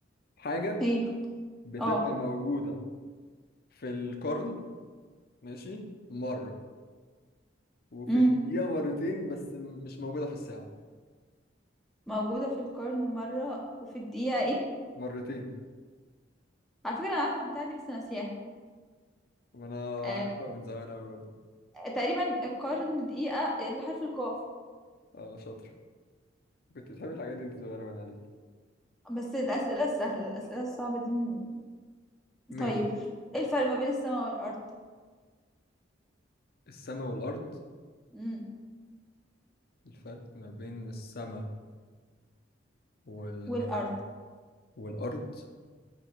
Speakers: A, on the left (about 55°); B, in the centre.
A: حاجة
B: ايه
A: بتبقى
B: اه
A: موجودة في القرن ماشي مرة وفي
B: امم
A: الدقيقة مرتين بس م- مش موجودة في الساعة
B: موجودة في القرن مرة وفي الدقيقة ايه
A: مرتين
B: على فكرة انا عارفة البتاعة دي بس ناسياها
A: وأنا
B: آه
A: عارفها من زمان أوي برضه
B: تقريبا القرن دقيقة اللي حرف القاف
A: اه شاطر كنت بتحب الحاجات دي أنت صغيرة باين عليك
B: بس الأسئلة السهلة الأسئلة الصعبة دي م-
A: ماشي
B: طيب ايه الفرق ما بين السماء والأرض
A: السما والأرض
B: امم
A: الفرق ما بين السما وال...
B: والأرض
A: والأرض